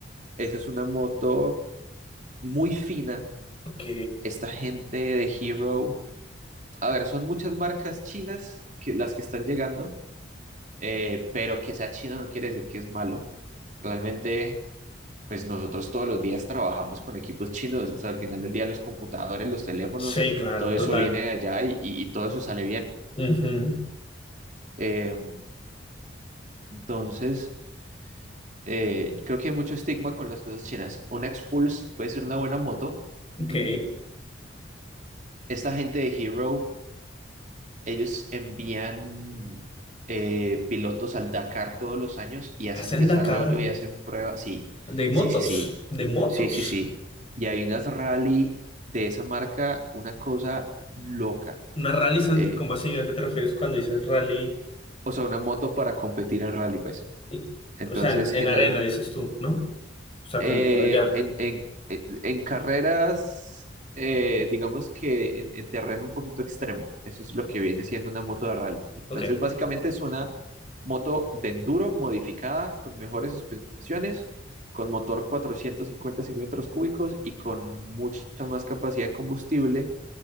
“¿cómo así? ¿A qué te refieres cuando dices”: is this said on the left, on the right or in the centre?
Left